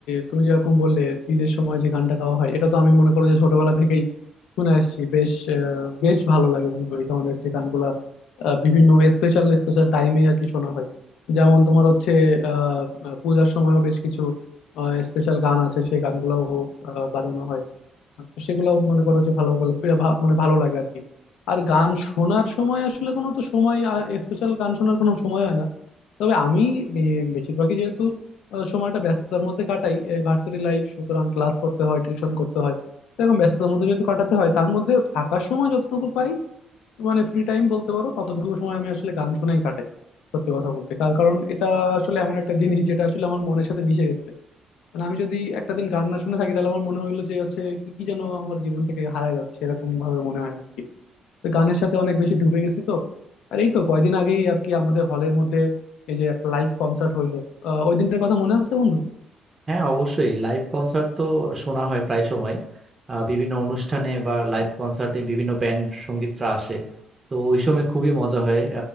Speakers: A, on the left; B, on the right.
A: তুমি যেরকম বললে ঈদের সময় যে গানটা গাওয়া হয় এটা তো আমি মনে করো যে ছোটবেলা থেকেই শুনে আসছি বেশ আহ, বেশ ভালো লাগে বন্ধু এই ধরনের যে গানগুলা আহ, বিভিন্ন স্পেশাল স্পেশাল টাইমে আর কি শোনা হয় যেমন তোমার হচ্ছে আহ আহ, পূজার সময়ও বেশ কিছু স্পেশাল গান আছে সেই গানগুলোও আহ, বাজানো হয় তো সেগুলো মনে করো যে ভালো ভালো এ ভা- মানে ভালো লাগে আর কি আর গান শোনার সময় আসলে কোনো তো সময় স্পেশাল গান শোনার কোনো সময় হয় না তবে আমি বে- বেশিরভাগই যেহেতু আহ, সময়টা ব্যস্ততার মধ্যে কাটাই ভার্সিটি লাইফ সুতরাং ক্লাস করতে হয় টিউশন করতে হয় তো এরকম ব্যস্ততার মধ্যে যেহেতু কাটাতে হয় তার মধ্যে ফাঁকা সময় যতটুকু পাই মানে ফ্রি টাইম বলতে পারো ততটুকু সময় আমি আসলে গান শুনেই কাটাই সত্যি কথা বলতে তার কারণ এটা আসলে এমন একটা জিনিস যেটা আসলে আমার মনের সাথে মিশে গেছে মানে আমি যদি একটা দিন গান না শুনে থাকি তাহলে আমার মনে হইলো যে হচ্ছে কি কি যেন আমার জীবন থেকে হারায় যাচ্ছে এরকম ভাবে মনে হয় আর কি তো গানের সাথে অনেক বেশি ঢুকে গেছি তো আর এই তো কয়দিন আগেই আর কি আমাদের হলের মধ্যে এই যে একটা লাইভ কনসার্ট হইলো আহ, ওই দিনটার কথা মনে আছে বন্ধু
B: হ্যাঁ অবশ্যই লাইভ কনসার্ট তো শোনা হয় প্রায় সময় আহ, বিভিন্ন অনুষ্ঠানে বা লাইভ কনসার্টে বিভিন্ন ব্যান্ড সঙ্গীতরা আসে তো ওই সময় খুবই মজা হয়